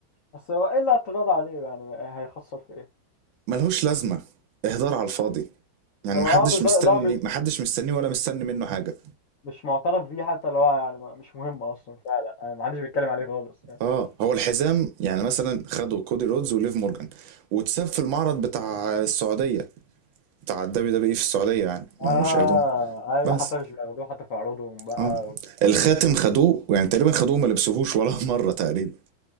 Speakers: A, on the left (about 80°); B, on the right (about 80°).
A: بس هو ايه اللي اعتراض عليه يعني هيخسر في ايه
B: ملهوش لازمة اهدار على الفاضي يعني
A: هو
B: محدش
A: اه بالظبط
B: مستني
A: لا م-
B: محدش مستنيه ولا مستني منه حاجة
A: مش معترف بيه حتى لو هو يعني ما- مش مهم اصلا فعلا يعني ما حدش بيتكلم عليه خالص
B: اه هو الحزام يعني مثلا خدوا كودي رودز وليف مورجان واتساب في المعرض بتاع السعودية بتاع الدبليو دبليو اي في السعودية يعني ما
A: اه
B: مش هياخدوه
A: أيوة،
B: بس
A: حتى مش بياخدوه حتى في عروضهم بقى
B: اه
A: وك...
B: الخاتم خدوه يعني تقريبا خدوه ما لبسوهوش ولا <laughs> مرة تقريبا